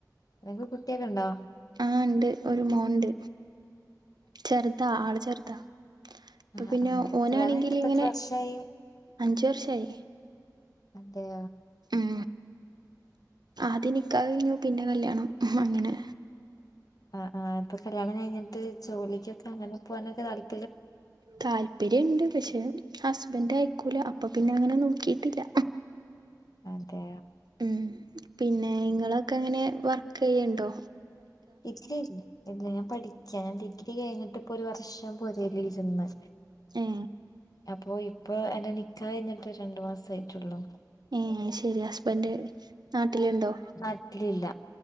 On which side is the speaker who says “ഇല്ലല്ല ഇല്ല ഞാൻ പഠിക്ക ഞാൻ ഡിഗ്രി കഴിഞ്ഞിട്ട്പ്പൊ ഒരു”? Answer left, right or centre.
Left